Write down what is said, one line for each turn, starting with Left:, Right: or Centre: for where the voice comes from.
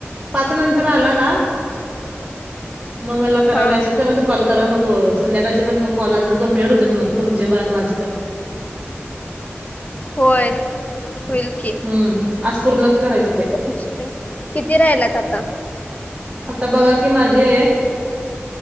Right: पाच नंतर आला ना, म मला करा
Left: हा.
Right: मेसेज, कारण आत कॉल करा, मग संध्याकाळचे पण, मग कॉल आज कम्प्लीट होतात मग, तुमचे पण, माझे पण.
Left: होय, होईल. की.
Right: हम्म, आज पूर्ण करायचं ते.
Left: <unintelligible> किती राहिलात, आता?
Right: आता बघा की, माझे